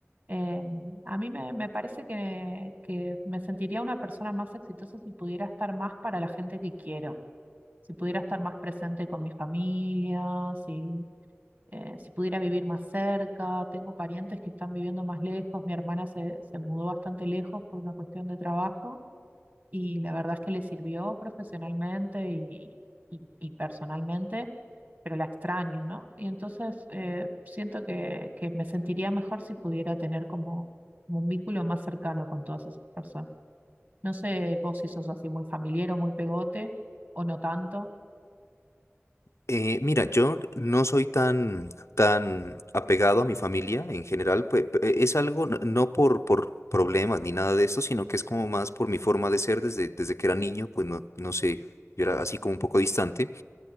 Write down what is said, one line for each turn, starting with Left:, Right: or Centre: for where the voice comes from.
Right: Eh, a mí me, me parece que, que me sentiría una persona más exitosa si pudiera estar más para la gente que quiero, si pudiera estar más presente con mi familia, si, eh, si pudiera vivir más cerca. Tengo parientes que están viviendo más lejos, mi hermana se, se mudó bastante lejos por una cuestión de trabajo y la verdad es que le sirvió profesionalmente y, y y personalmente pero la extraño, ¿no? Y entonces eh, siento que, que me sentiría mejor si pudiera tener como, como un vínculo más cercano con todas esas personas. No sé vos si sos así muy familiar o muy pegote, o no tanto.
Left: Eh, mira, yo no soy tan, tan apegado a mi familia en general, pues, pe- eh, es algo no, no por, por problemas ni nada de eso, sino que es como más por mi forma de ser desde, desde que era niño, pues no, no sé, yo era así como un poco distante.